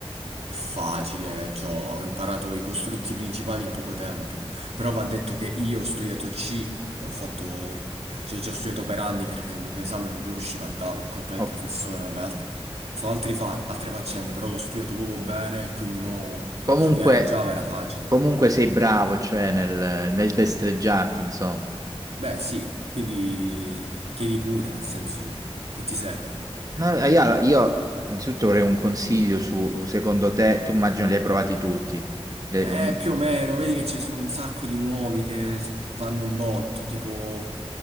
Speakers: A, on the right; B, on the right.
A: è facile, cioè, ho imparato i costrutti principali in poco tempo. Però va detto che io ho studiato C, ho fatto, cioè già ho studiato per anni perché l'esame non lo riuscivo a dare per colpa del
B: ok.
A: professore, vabbè, alt- sono altri fa- altre faccende, però l'ho studiato poco bene e quindi mo
B: Comunque,
A: studiare Java era facile.
B: comunque sei bravo, cioè nel, nel destreggiarti, insomma.
A: Beh, sì, quindi chiedi pure, nel senso che ti serve.
B: No, eh, io, io innanzitutto vorrei un consiglio su, secondo te, tu immagino li hai provati tutti, li hai-
A: Eh, più o meno, vedi che ce ne sono un sacco di nuovi che s- vanno un botto, tipo...